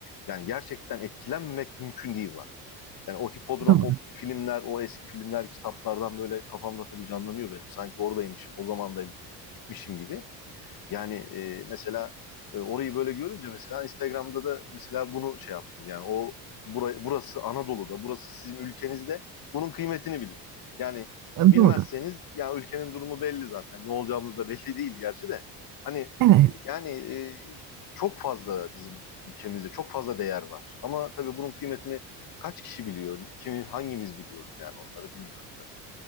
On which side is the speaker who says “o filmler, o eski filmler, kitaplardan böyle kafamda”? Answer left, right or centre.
Left